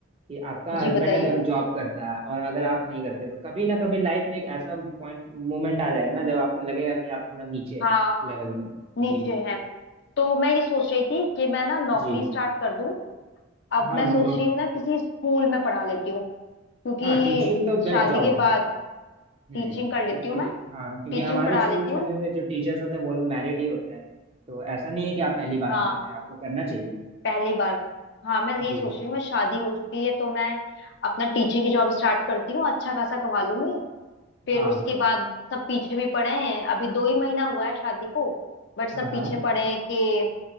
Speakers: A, on the right; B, on the left.
A: कि आपका हस्बैंड
B: जी बताइए
A: अगर जॉब करता है और अगर आप नहीं करते तो कभी ना कभी लाइफ में एक ऐसा पॉइंट मोमेंट आ जाएगा ना जब आपको लगेगा कि आप थोड़ा नीचे हैं
B: हाँ
A: लेवल में
B: नीचे
A: जी
B: हैं तो मैं ये सोच रही थी कि मैं ना नौकरी
A: जी
B: स्टार्ट कर दूं अब
A: हाँ
B: मैं सोच
A: बिल्कुल।
B: रही हूँ ना किसी स्कूल में पढ़ा लेती हूँ क्योंकि
A: हाँ टीचिंग तो बेस्ट
B: शादी
A: जॉब
B: के
A: होता
B: बाद
A: है
B: टीचिंग
A: हम्म क्योंकि
B: कर लेती हूँ मैं
A: हाँ क्योंकि
B: टीचिंग
A: हमारे
B: पढ़ा
A: स्कूल
B: लेती
A: समय
B: हूँ
A: में जो टीचर्स होते हैं वो लोग मैरिड ही होते हैं तो ऐसा नहीं है कि आप पहली बार
B: हाँ
A: कर रहे हैं आपको करना चाहिए
B: पहली बार हाँ मैं यही
A: जी
B: सोच रही हूँ मैं शादी हो चुकी है तो मैं अपना टीचिंग की जॉब स्टार्ट करती हूँ अच्छा खासा कमा लूंगी फिर
A: हाँ
B: उसके बाद सब पीछे भी पड़े हैं अभी दो ही महीना हुआ है शादी को बट सब
A: हाँ हाँ
B: पीछे पड़े हैं कि